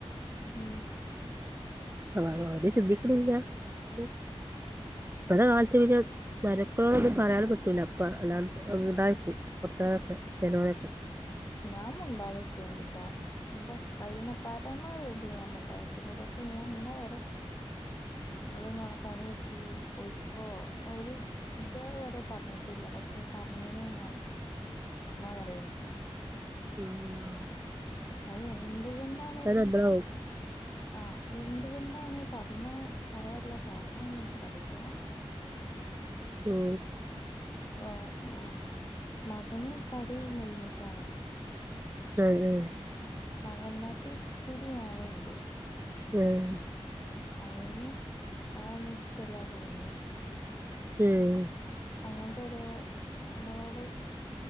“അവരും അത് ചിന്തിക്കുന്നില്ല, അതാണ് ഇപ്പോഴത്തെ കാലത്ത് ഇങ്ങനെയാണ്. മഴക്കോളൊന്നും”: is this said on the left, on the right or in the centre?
Right